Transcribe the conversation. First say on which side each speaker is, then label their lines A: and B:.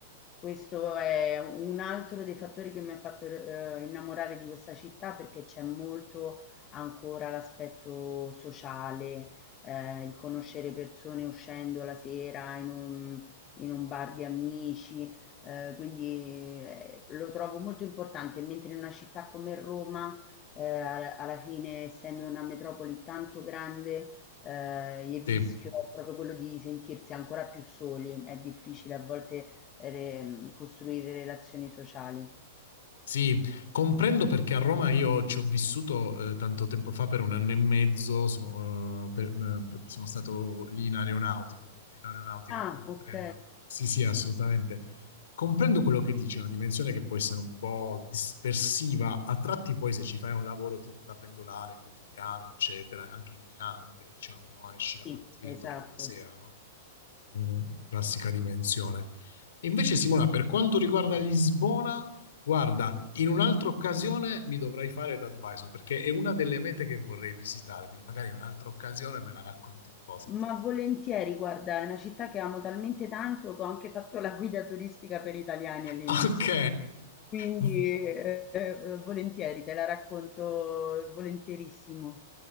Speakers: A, on the left; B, on the left.
A: Questo è un altro dei fattori che mi ha fatto, ehm, innamorare di questa città, perché c'è molto ancora l'aspetto sociale, ehm, il conoscere persone uscendo la sera in un in un bar di amici, ehm, quindi, ehm, lo trovo molto importante, mentre in una città come Roma, ehm, al alla fine essendo una metropoli tanto grande, ehm, il
B: Sì.
A: rischio è proprio quello di sentirsi ancora più soli. È difficile a volte re- costruire relazioni sociali.
B: Sì, comprendo perché a Roma io ci ho vissuto eh, tanto tempo fa per un anno e mezzo, sono, eh, per- eh, per- sono stato lì in aeronautico, in aeronautica
A: Ah,
B: e comprendo.
A: ok.
B: Sì, sì, assolutamente. Comprendo quello che dici, è una dimensione che può essere un po' dispersiva, a tratti poi se ci fai un lavoro tipo da pendolare quotidiano, eccetera, è anche alienante, diciamo, no? Esci
A: Sì,
B: la mattina,
A: esatto.
B: torni la sera, no? Mm, classica dimensione. Invece, Simona, per quanto riguarda Lisbona, guarda, in un'altra occasione mi dovrai fare da advisor perché è una delle mete che vorrei visitare, quindi magari in un'altra occasione me la racconti un po' se
A: Ma
B: ti va.
A: volentieri,
B: <laughs>
A: guarda, è una città che amo talmente tanto che ho anche fatto la guida turistica per italiani all'inizio.
B: Ok,
A: Quindi,
B: v-
A: eh, eh, volentieri, te la racconto volentierissimo.